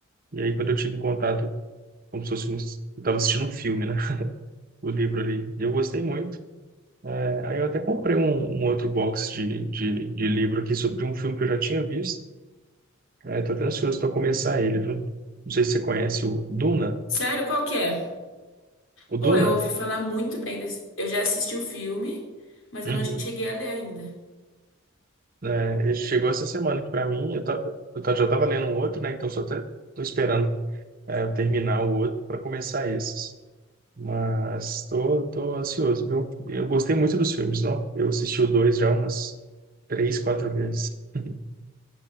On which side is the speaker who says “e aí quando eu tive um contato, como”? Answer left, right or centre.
Right